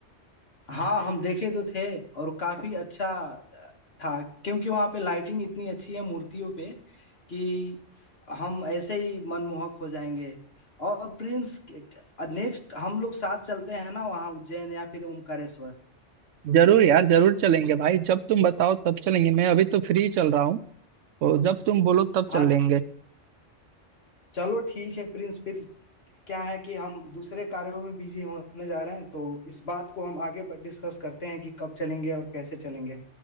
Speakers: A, on the left; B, on the right.
A: हाँ हम देखे तो थे और काफी अच्छा था क्योंकि वहां पे लाइटिंग इतनी अच्छी है मूर्तियों पे कि हम ऐसे ही मनमोहक हो जाएंगे और प्रिंस नेक्स्ट हम लोग साथ चलते हैं ना वहाँ उज्जैन या फिर ओमकारेश्वर
B: जरूर यार जरूर चलेंगे भाई जब तुम बताओ तब चलेंगे मैं अभी तो फ्री चल रहा हूँ तो जब तुम बोलो तब
A: हाँ
B: चल लेंगे
A: चलो ठीक है प्रिंस फिर क्या है कि हम दूसरे कार्यों में बिजी होने जा रहे हैं तो इस बात को हम आगे डिस्कस करते हैं कि कब चलेंगे और कैसे चलेंगे